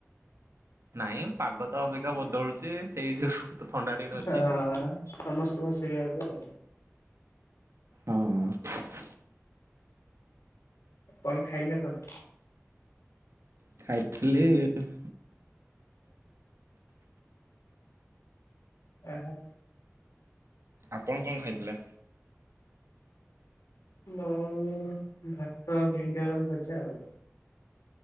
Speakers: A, on the right; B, on the left.
A: ନାଇଁ ପାଗ
B: ହଁ
A: ତ ଅବିକା ବଦଳୁଛି ସେଇ ଯୋଗୁ ତ ଥଣ୍ଡା ଟିକେ ଧରିଛି।
B: ହଁ। ସମସ୍ତଙ୍କୁ ସେୟା ଏବେ।
A: ହଁ ହଁ।
B: କଣ ଖାଇଲେ କଣ?
A: ଖାଇଥିଲି।
B: ଓ ହୋ।
A: ଆପଣ କଣ ଖାଇଥିଲେ?
B: ମୁଁ ଭାତ, ଭେଣ୍ଡି, ଆଳୁ ଭଜା ଆଉ।